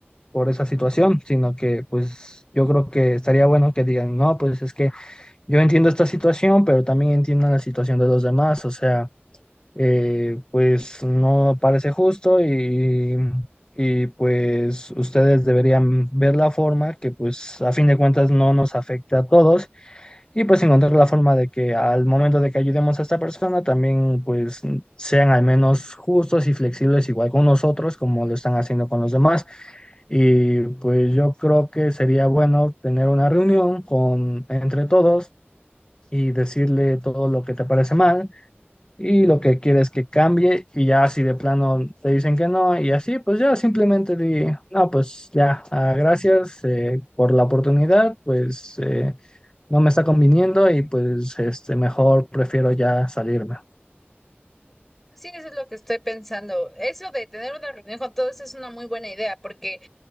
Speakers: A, on the left; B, in the centre.
A: por esa situación, sino que pues yo creo que estaría bueno que digan, no, pues es que yo entiendo esta situación, pero también entiendo la situación de los demás, o sea eh, pues no parece justo y, y pues ustedes deberían ver la forma que pues a fin de cuentas no nos afecte a todos y pues encontrar la forma de que al momento de que ayudemos a esta persona también pues sean al menos justos y flexibles igual con nosotros como lo están haciendo con los demás. Y pues yo creo que sería bueno tener una reunión con entre todos y decirle todo lo que te parece mal y lo que quieres que cambie y ya si de plano te dicen que no y así, pues ya simplemente di, no, pues ya, ah, gracias eh, por la oportunidad, pues eh, no me está conviniendo y pues este, mejor prefiero ya salirme.
B: Sí, eso es lo que estoy pensando. Eso de tener una reunión con todos es una muy buena idea porque,